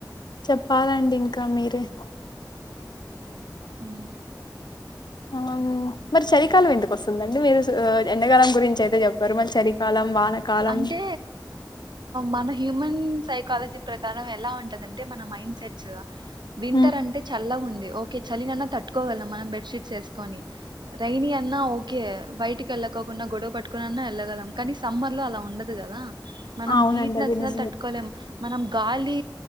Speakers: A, on the left; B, on the right.
A: చెప్పాలండి ఇంకా మీరే
B: ఉ
A: ఆ మరి చలికాలం ఎందుకు వస్తుందండి మీరు ఎండకాలం గురించి అయితే చెప్పారు మళ్ళీ చలికాలం వానకాలం
B: అంటే మన హ్యూమన్ సై కాలజీ ప్రకారం ఎలా ఉంటదంటే మన మైండ్ సెట్స్ వింటర్
A: ఉమ్
B: అంటే చల్ల ఉం ఓ చలినన్నా తట్టుకోగళం మనం బెడ్షీట్ ట్స్ ఏసుకొనీ రైనీ అన్నా ఓకే బయటికి వెళ్ళకోకుండా గొడవ పట్టుకోని అన్నా వెళ్ళగలం కానీ సమ్మర్ లో అలా ఉండదు కదా మనం
A: అవునండి
B: హీట్ నచ్చినాలు
A: అది నిజమే
B: తట్టుకోలేం మనం గాలి